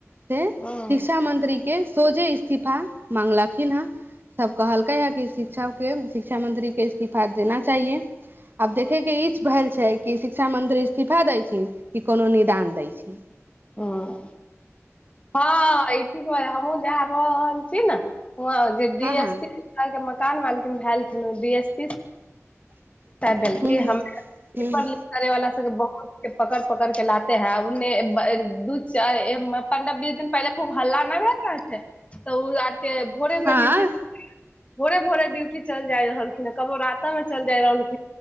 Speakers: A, on the right; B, on the left.
A: से शिक्षा
B: हँ
A: मंत्री के के सोझे इस्तीफा माँगलखिन हेँ। सभ कहलकै हे कि, शिक्षाके शिक्षा मंत्रीके इस्तीफा देना चाहिए। आब देखयके ई भेल छै कि, शिक्षा मंत्री इस्तीफा दैत छै, कि कोनो निदान दैत छै।
B: हँ हँ, ईठिक ब जा र रहलल छी ने ह
A: हँ हँ हँ
B: एस प <unintelligible> हाय गे मकान मालकिन भेलखिन डी एस पी <unintelligible> कह देलकै,
A: हँ
B: हमे पेपर
A: हूँ
B: लिक करे वाला सबके बहुत के पकड़ पकड़ के लाते हैं, उन्ने दू पन्द्रह बीस दिन पहिले खूब हल्ला नहि भ रहल छै, तऽ ओ आर के भोरे
A: हँ
B: मे ड्यूटी भोरे -भोरे ड्यूटी चलि जाय रहलखिन ह, कबो रातो मे चलि जाय रहलखिन। ह,